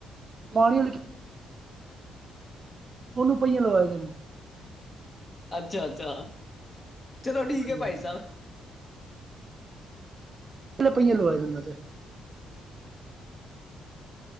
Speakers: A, on the right; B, on the left.
A: ਪਾਣੀ ਉਹਨੂੰ ਪਹੀਆਂ ਲਵਾ ਦੇ
B: ਅੱਛਾ ਅੱਛਾ ਚਲੋ ਠੀਕ
A: ਹਾਂਜੀ
B: ਹੈ ਭਾਈ
A: ਹਾਂਜੀ
B: ਸਾਹਿਬ
A: ਪਲੇ ਪਆਂ ਲ ਲੋਵਾਏ ਮ ਤੇ ਹ